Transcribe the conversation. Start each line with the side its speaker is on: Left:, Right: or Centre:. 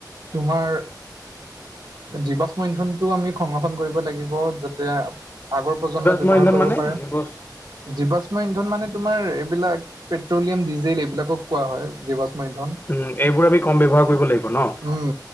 Right: তোমাৰ জীৱাশ্ম ইন্ধনটো আমি সংৰক্ষণ কৰিব লাগিব য'ত যে আগৰ প্ৰজন্মই
Left: জীৱাশ্ম
Right: ব্যৱহাৰ
Left: ইন্ধন
Right: কৰিব
Left: মানে
Right: পাৰে।
Left: জীৱ
Right: জীৱাশ্ম ইন্ধন মানে তু তোমাৰ এইবিলাক পেট্ৰলিয়াম, ডিজেল এইবিলাকক কোৱা হয় জীৱাষ্ম ইন্ধন।
Left: উম, এইবোৰ আমি কম ব্যৱহাৰ কৰিব লাগিব ন'?
Right: উম,